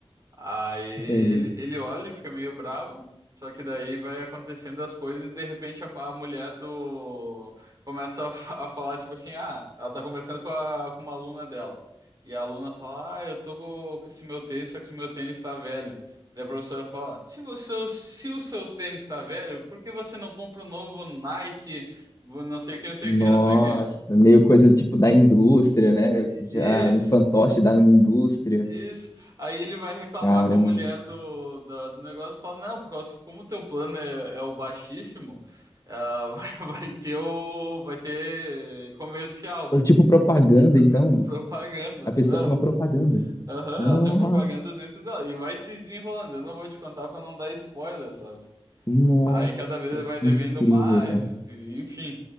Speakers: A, on the right; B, on the left.
A: Aí ele,
B: Entendi.
A: ele olha e fica meio bravo. Só que daí vai acontecendo as coisas e de repente a, a mulher do começa a, fa- a falar tipo assim, ah, ela tá conversando com, a, com uma aluna dela. E a aluna fala, ah, eu tô co- com esse meu tênis, só que esse meu tênis tá velho. Daí a professora fala, se você, se o seu tênis tá velho, por que você não compra um novo Nike, não sei o que, não sei
B: Nossa,
A: o que, não sei o que.
B: meio coisa tipo da indústria, né? Já
A: Isso.
B: um fantoche da indústria.
A: Isso. Aí ele vai reclamar
B: Caramba.
A: com a mulher do, da- do negócio e fala, não, por causa que como o teu plano é, é o baixíssimo, ah, <laughs> vai, vai ter o, vai ter comercial,
B: Tipo propaganda, então,
A: <laughs> propaganda.
B: a pessoa
A: Não.
B: tem uma propaganda.
A: Aham,
B: Nossa,
A: ela tem propaganda dentro dela. E vai se desenrolando. Eu não vou te contar pra não dar spoiler, sabe?
B: nossa,
A: Aí cada vez
B: que
A: ele vai devendo
B: incrível,
A: mais,
B: cara.
A: e- enfim.